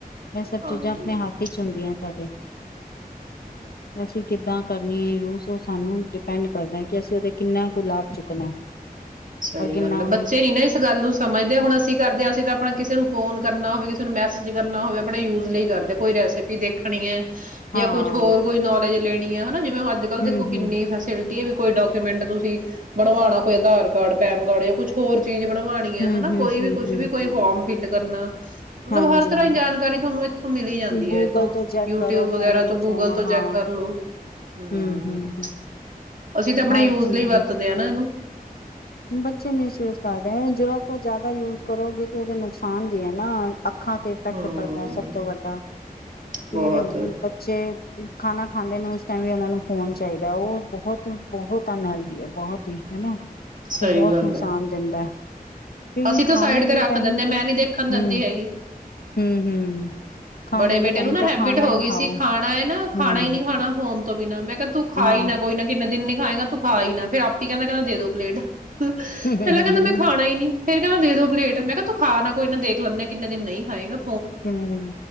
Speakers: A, on the left; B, on the right.
A: ਇਹ ਸਭ
B: ਹਾਂਜੀ
A: ਚੀਜ਼ਾਂ ਆਪਣੇ ਹੱਥ ਵਿਚ ਹੁੰਦੀਆਂ ਸਾਡੇ ਅਸੀਂ ਕਿੱਦਾਂ ਕਰਨੀ ਹੈ ਯੂਜ ਉਹ ਸਾਨੂੰ ਡਿਪੈਂਡ ਕਰਦਾ ਕਿ ਅਸੀਂ ਉਹਦੇ ਕਿੰਨਾ ਕੁ ਲਾਭ ਚੁੱਕਣਾ
B: ਸਹੀ
A: ਔਰ ਕਿੰਨਾ
B: ਗੱਲ ਹੈ
A: ਉਹਨੂੰ
B: ਬੱਚੇ ਨੀ ਨਾ ਇਸ ਗੱਲ ਨੂੰ ਸਮਝਦੇ ਹੁਣ ਅਸੀਂ ਕਰਦੇ ਹਾਂ ਅਸੀਂ ਤਾਂ ਆਪਣਾ ਕਿਸੇ ਨੂੰ ਫੋਨ ਕਰਨਾ ਹੋਵੇ ਕਿਸੇ ਨੂੰ ਮੈਸੇਜ ਕਰਨਾ ਹੋਵੇ ਆਪਣੇ ਯੂਜ ਲਈ ਕਰਦੇ ਕੋਈ ਰੈਸਿਪੀ ਦੇਖਣੀ ਹੈ
A: ਹਾਂ
B: ਜਾਂ ਕੁਛ ਹੋਰ ਕੋਈ ਨੌਲੇਜ ਲੈਣੀੀਆਂ ਨਾ ਜਿਵੇਂ ਅੱਜ ਕੱਲ
A: ਹੂੰ
B: ਦੇਖੋ ਕਿੰਨੀ
A: ਹੂੰ
B: ਫੈਸਿਲਿਟੀ ਵੀ ਕੋਈ ਡਾਕੂਮੈਂਟ ਤੁਸੀਂ ਬਣਵਾਉਣਾ ਕੋਈ ਆਧਾਰ ਕਾਰਡ ਪੈਨ ਕਾਰਡ ਜਾਂ ਕੁਛ ਹੋਰ ਚੀਜ਼ ਬਣਵਾਣੀ ਹੈ
A: ਹੂੰ
B: ਹਨਾ
A: ਹੂੰ
B: ਕੋਈ
A: ਹੂੰ
B: ਵੀ ਕੁਛ
A: ਹੂੰ
B: ਵੀ ਕੋਈ
A: ਹੂੰ
B: ਫੋਰਮ ਫਿਲ ਕਰਨਾ ਮਤਲਬ
A: ਹਾਂਜੀ
B: ਹਰ ਤਰ੍ਹਾਂ ਜਾਣਕਾਰੀ ਤੁਹਾਨੂੰ ਇਥੋਂ ਮਲੀ ਜਾਂਦੀ
A: ਗੂਗਲ
B: ਹੈ ਇਥੋਂ
A: ਤੋਂ ਚੈੱਕ
B: ਯੂਟਿਊਬ
A: ਕਰੋ
B: ਵਗਰਾ
A: ਫੋਨ ਵਿੱਚੋਂ
B: ਤੋਂ ਗੂਗਲ ਤੋਂ
A: ਹਾਂ
B: ਚੈਕ ਕਰਲੋ ਹਮ
A: ਹੂੰ ਹੂੰ ਹੂੰ
B: ਅਸੀਂ ਤਾਂ ਆਪਣੇ
A: ਹਰ
B: ਯੂਜ
A: ਚੀਜ਼
B: ਲਈ ਵਰਤਦੇ ਹਾਂ ਨਾ ਇਹਨੂੰ ਹ
A: ਬੱਚੇ ਮਿਸਯੂਜ ਕਰਦੇ ਹੈ ਜਿਹੜਾ ਜ਼ਿਆਦਾ ਯੂਜ ਕਰੋਗੇ ਤੇ ਉਹਦੇ ਨੁਕਸਾਨ ਵੀ ਹੈ ਨਾ ਅੱਖਾਂ ਤੇ ਇਫੈਕਟ
B: ਹਮ
A: ਪੜਦਾ ਸਭ ਤੋਂ ਵੱਡਾ ਫਿਰ
B: ਬਹੁਤ
A: ਬੱਚੇ ਖਾਣਾ ਖਾਂਦੇ ਨੇ ਉਸ ਟਾਈਮ ਵੀ ਉਹਨਾਂ ਨੂੰ ਫੋਨ ਚਾਹੀਦਾ ਉਹ ਬਹੁਤ ਬਹੁਤ ਅਨਹਲਦੀ ਹੈ ਬਹੁਤ ਹੀ ਹਨਾ
B: ਸਹੀ
A: ਉਹ ਬਹੁਤ
B: ਗੱਲ
A: ਨੁਕਸਾਨ
B: ਹੈ
A: ਦਿੰਦਾ ਕਿਉਂਕਿ
B: ਅਸੀਂ ਤਾਂ
A: ਖਾਣੇ
B: ਸਾਈਡ ਤੇ ਰੱਖ
A: ਦੇ ਟਾਈਮ
B: ਦਿੰਦੇ ਹ
A: ਤੇ
B: ਮੈਂ ਨੀ ਦੇਖਣ ਦਿੰਦੀ
A: ਹਮ
B: ਹੈਗੀ
A: ਹਮ ਹਮ ਖਾਣੇ
B: ਬੜੇ ਬੇਟੇ
A: ਦੇ ਟਾਈਮ
B: ਨੂੰ ਨਾ
A: ਤੇ
B: ਹੈਬਿਟ
A: ਖਾਣਾ
B: ਹੋ
A: ਹੀ
B: ਗਈ
A: ਖਾਓ
B: ਸੀ ਖਾਣਾ ਨਾ
A: ਹਮ
B: ਖਾਣਾ ਹੀ ਨਹੀਂੀ ਖਾਣਾ ਫੋਨ ਨਾ ਮੈਂ ਤੂੰ ਖਾਈ
A: ਹਾਂ
B: ਨਾ ਕੋਈ ਨਾ ਕਿੰਨੇ ਦਿਨ ਖਾਏਗਾ ਤੂੰ ਖਾ ਹੀ ਫਿਰ ਆਪ ਕਹਦਾ ਕਹਿੰਦਾ ਦੇ ਦੋ ਬਲੇਡ ਪਹਿਲਾਂ
A: ਹੂੰ ਹੂੰ
B: ਕਹਿੰਦਾ
A: ਹੂੰ
B: ਮੈਂ ਖਾਣਾ ਨੀ ਫੇਰ ਕਹਿੰਦਾ ਦੇ ਦੋ ਪਲੇਡ ਮੈਂ ਕਿਆ ਤੂੰ ਖਾ ਨਾ ਕੋਈ ਨਾ, ਦੇਖ ਲੈਂਨੇ ਕਿੰਨੇ ਦਿਨ ਨਹੀਂ ਖਾਏਂਗਾ
A: ਹਮ ਹਮ,